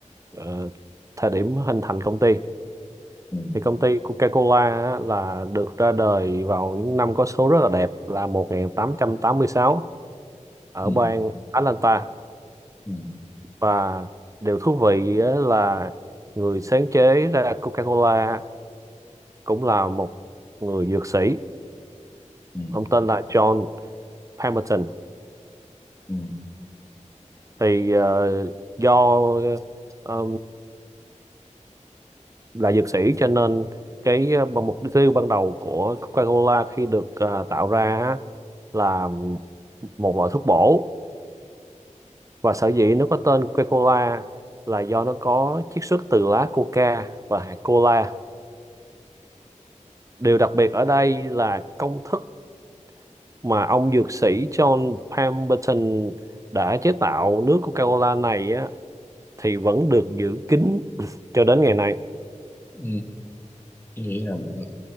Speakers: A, on the right (about 25°); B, on the left (about 15°).
A: ờ, thời điểm hình thành công ty.
B: Ừ,
A: Thì công ty Coca-Cola á, là được ra đời vào những năm có số rất là đẹp là một nghìn tám tám trăm tám mươi sáu ở
B: ừ,
A: bang Atlanta
B: ừ,
A: và điều thú vị á là người sáng chế ra Coca-Cola cũng là một người dược sĩ.
B: ừ,
A: Ông tên là John Palmerton
B: ừ,
A: thì ờ, do ờ, là dược sĩ cho nên cái ờ, mục tiêu ban đầu của Coca-Cola khi được ờ, tạo ra á, là một loại thuốc bổ và sở dĩ nó có tên Coca-Cola là do nó có chiết xuất từ lá coca và hạt cola. Điều đặc biệt ở đây là công thức mà ông dược sĩ John Pemberton đã chế tạo nước Coca-Cola này á, thì vẫn được giữ kín cho đến ngày nay.
B: ừ. ừ. nghĩa là ừ,